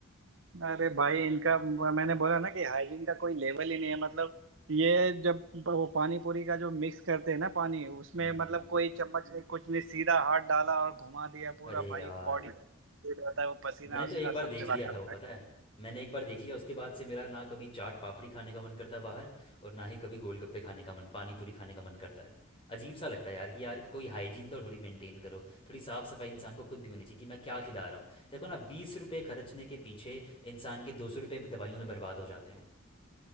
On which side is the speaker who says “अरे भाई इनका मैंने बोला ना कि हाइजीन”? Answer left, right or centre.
Right